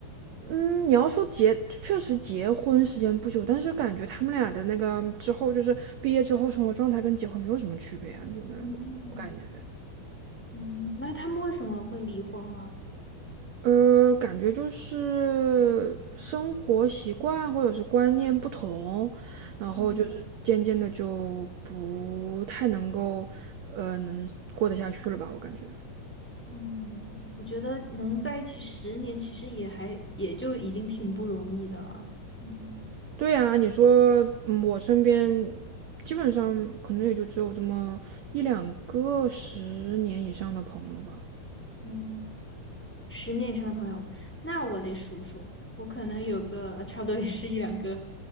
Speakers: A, on the right; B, in the centre.
A: 嗯，你要说结，确实结婚时间不久，但是感觉他们俩的那个之后，就是毕业之后生活状态跟结婚没有什么区别啊，真的，
B: 嗯
A: 我感觉。
B: 嗯，那他们为什么会离婚啊？
A: 呃，感觉就是生活习惯或者是观念不同，然后就是渐渐的就不太能够，
B: 嗯
A: 呃，能过得下去了吧？我感觉。
B: 嗯，我觉得能在一起十年，其实也还也就已经挺不容易的了。嗯。
A: 对呀，你说，嗯，我身边基本上可能也就只有这么一两个十年以上的朋友吧。
B: 嗯十年以上的朋友，那我得数数，我可能有个呃差不多也是一两个